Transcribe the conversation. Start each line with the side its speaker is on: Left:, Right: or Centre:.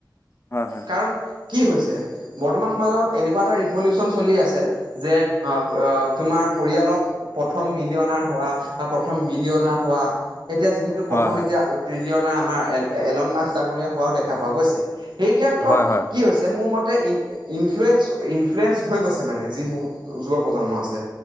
Left: হয় হয়
Right: কাৰণ কি হৈছে! বৰ্তমান সমাজত এনেকুৱা এটা ৰিভলিউচন চলি আছে যে তোমাৰ পৰিয়ালৰ প্ৰথম মিলিয়নাৰ হোৱা বা প্ৰথম বিলিয়নাৰ হোৱা এতিয়া যিহেতু
Left: হয়
Right: প্ৰথম
Left: হয়
Right: উত্ত্ৰিলিয়না আমাৰ এ এলনমাৰ্কস ডাঙৰীয়া হোৱাও দেখা পোৱা গৈছে। সেই ক্ষেত্ৰত
Left: হয় হয় হয়
Right: কি হৈছে মোৰ মতে ই ইনফ্লয়েন্ঞ্চ ইনফ্লয়েন্ঞ্চ হৈ গৈছে মানে যিসমহ যুৱ প্ৰজন্ম আছে।